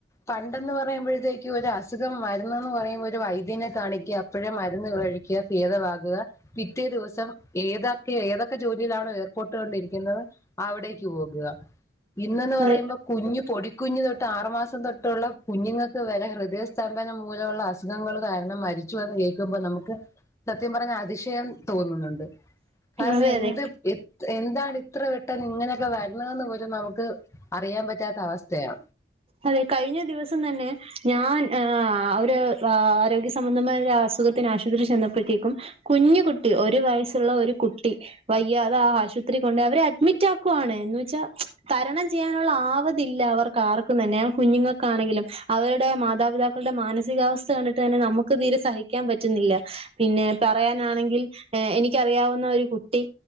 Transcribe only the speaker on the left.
പണ്ടെന്ന് പറയുമ്പോഴത്തേക്കും ഒരു അസുഖം വരുന്നെന്ന് പറയുമ്പോ ഒരു വൈദ്യനെ കാണിക്ക പ്പഴേ മരുന്ന് കഴിക്ക ഭേദവാകുക പിറ്റേ ദിവസം ഏതൊക്കെ ഏതൊക്കെ ജോലിയിലാണോ ഏർ - പൊട്ടൊണ്ടിരിക്കുന്നത് അവിടേക്ക് പോകുക ഇന്ന്ന്ന് പറയുമ്പോ
കുഞ്ഞു പൊടി കുഞ്ഞു തൊട്ട് ആറുമാസം തൊട്ടുള്ള കുഞ്ഞുങ്ങൾക്ക് വെരെ ഹൃദയ സ്തംഭനം മൂലമുള്ള അസുഖങ്ങള് കാരണം മരി ച്ചുന്ന് കേക്കുമ്പോ നമുക്ക് സത്യം പറഞ്ഞ അതിശയം തോന്നുന്നുണ്ട് കാരണം
എന്ത്
എ എന്താണ് ഇത്ര പെട്ടെന്ന് ഇങ്ങനെയൊക്കെ വരണ്ന്ന് പോലും നമുക്ക് അറിയാൻ പറ്റാത്ത അവസ്ഥയാ